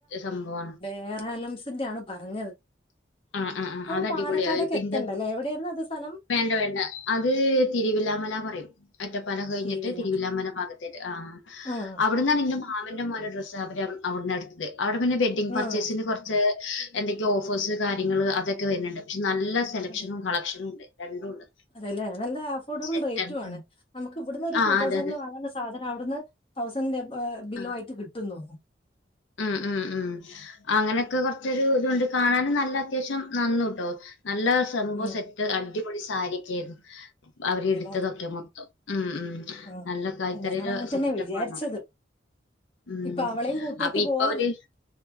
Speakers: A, on the left; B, on the left.
A: സംഭവാണ്
B: എ ആർ ഹലംസിന്റെ ആണ് പറഞ്ഞത്
A: ആഹ് ആഹ് ആഹ്
B: അത് ഇപ്പം
A: അടിപൊളിയാ
B: പാലക്കാടേക്ക്
A: ഇപ്പന്റെ
B: എത്തണ്ടല്ലേ എവിടൊയായിരുന്നു അത് സ്ഥലം
A: വേണ്ട വേണ്ട അത് തിരുവിലാമല പറയും ഒറ്റപ്പാലം കഴിഞ്ഞിട്ട്
B: തിരുവില്ലാമല
A: തിരുവിലാമല ഭാഗത്തേറ്റ് ആഹ്
B: ആഹ്
A: അവിട്ന്നാണ് എന്റെ മാമന്റെ മോന്റെ ഡ്രസ്സ് അവര് അവിടുന്നട്ത്തത് അവിടെ പിന്നെ വെഡ്ഡിംഗ് പർച്ചേയ്സിന്
B: ആഹ്
A: കുറച്ച് എന്തൊക്കെയേ ഓഫേഴസ് കാര്യങ്ങള് അതൊക്കെ വരുന്നുണ്ട് പക്ഷെ നല്ല സെലക്ഷനും
B: അതലെ
A: കളക്ഷനും ഉണ്ട് രണ്ടും ഉണ്ട്
B: അതെല്ലേ നല്ല അഫോർഡബിൾ
A: സെറ്റാണ്
B: റേറ്റും ആണ് നമുക്ക് ഇവിടുന്ന് ഒരു
A: ആഹ്
B: ടു തൗസൻഡ്
A: അതെ അതെ
B: വാങ്ങ സാധനം അവിടുന്ന് തൗസൻണ്ട് റിന്റെ ബിലോ
A: ആഹ്
B: ആയിട്ട് കിട്ടും തോന്നുന്നു
A: ഉം ഉം ഉം അങ്ങനെയൊക്കെ കുറചൊരു ഇത് കൊണ്ട് കാണാനും നല്ല അത്യാവശ്യം നന്നുട്ടോ നല്ല സംഭവ
B: ഉം
A: സെറ്റ് അടിപൊളി സാരിയൊക്കെ ആയിരുന്നു അവരെ
B: അതെല്ലേ
A: എടുത്തതൊക്കെ മൊത്തം ഉം ഉം
B: ഉം
A: നല്ല കൈത്തറിയുടെ
B: ആ ഞങ്ങൾ അങ്ങനെ
A: സെറ്റപ്പാണ്
B: തന്നെ വിചാരിച്ചത്
A: അവിടെ ഉം
B: ഇപ്പ അവളേയും കൂട്ട കൂട്ടിട്ട്
A: അപ്പൊ ഇപ്പൊ
B: പോവാ
A: അവര്